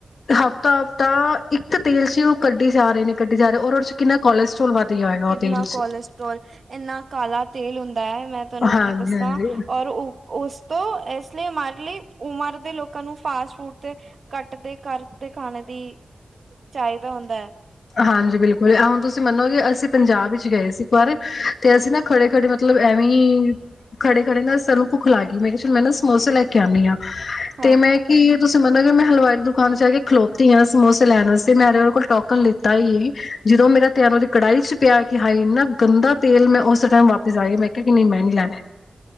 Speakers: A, on the left; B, on the right.
A: ਹਫ਼ਤਾ -ਹਫ਼ਤਾ ਇੱਕ ਤੇਲ ਵਿੱਚ ਉਹ ਕੱਢੀ ਜਾ ਰਹੇ ਨੇ ਕੱਢੀ ਜਾ ਰਹੇ ਓਦੇ ਚ ਕਿੰਨਾ ਕੋਲੈਸਟ੍ਰੋਲ ਵੱਧ ਗਿਆ ਹੋਏਗਾ ਉਹ
B: ਕਿੰਨਾ
A: ਤੇਲ ਚ
B: ਕੋਲਸਟ੍ਰੋਲ ਇੰਨਾ ਕਾਲਾ ਤੇਲ ਹੁੰਦਾ। ਹੈ ਮੈਂ ਤੁਹਾਨੂੰ
A: ਹਾਂਜੀ
B: ਕੀ ਦੱਸਾਂ
A: ਹਾਂਜੀ
B: ਔਰ ਉਸ ਤੋਂ ਇਸ ਲਈ ਲਈ ਉਮਰ ਦੇ ਲੋਕਾਂ ਨੂੰ ਫਾਸਟ ਫੂਡ ਤੇ ਕੱਟ ਦੇ ਕਰਦੇ ਖਾਣੇ ਦੀ ਚਾਹੀਦਾ ਹੁੰਦਾ ਹੈ।
A: ਹਾਂਜੀ ਬਿਲਕੁਲ ਹੁਣ ਤੁਸੀਂ ਮੰਨੋਗੇ ਅਸੀਂ ਪੰਜਾਬ ਵਿੱਚ ਗਏ ਸੀ ਇੱਕ ਵਾਰ ਤੇ ਅਸੀਂ ਨਾ ਖੜੇ ਖੜੇ ਮਤਲਬ ਐਵੇਂ ਖੜੇ ਖੜੇ ਨਾ ਸਾਨੂੰ ਭੁੱਖ ਲੱਗ ਗਈ ਮੈਂ ਕਿਹਾ ਚਲ ਮੈਂ ਨਾ ਸਮੋਸੇ ਲੈ ਕੇ ਆਉਂਦੀ ਹਾਂ।
B: ਹਾਂ
A: ਤੇ ਮੈਂ ਕਿ ਤੁਸੀਂ ਮੰਨੋ ਗੇ ਮੈਂ ਹਲਵਾਈ ਦੀ ਦੁਕਾਨ ਚ ਜਾ ਕੇ ਖਲੋਤੀ ਹਾਂ ਸਮੋਸੇ ਲੈਣ ਵਾਸਤੇ ਮੈ ਹਜੇ ਓਦੇ ਕੋਲ ਟੋਕਨ ਣ ਲਿੱਤਾ ਸੀ ਜਦੋਂ ਮੇਰਾ ਧਿਆਨ ਉਹਦੀ ਕੜਾਹੀ ਚ ਪਿਆ ਕਿ ਹਾਈ ਇੰਨਾ ਗੰਦਾ ਤੇਲ ਮੈਂ ਉਸ ਟਾਈਮ ਵਾਪਿਸ ਆ ਗਈ ਮੈਂ ਕਿਹਾ ਕਿ ਨਹੀਂ ਮੈਂ ਨੀ ਲੈਣੇ।